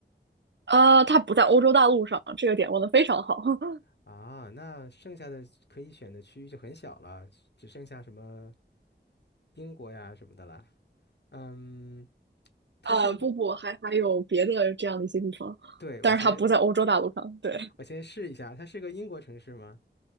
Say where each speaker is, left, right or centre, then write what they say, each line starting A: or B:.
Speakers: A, on the right (about 70°); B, on the left (about 65°).
A: 呃，它不在欧洲大陆上，这个点问的非常好。<laughs>
B: 啊，那剩下的可以选的区域就很小了，只剩下什么英国呀什么的了。嗯，它是一个，
A: 呃，不不，还还有别的这样的一些地方，
B: 对，
A: 但是它不在欧洲大陆上。
B: 我先
A: 对，
B: 我先试一下，它是个英国城市吗？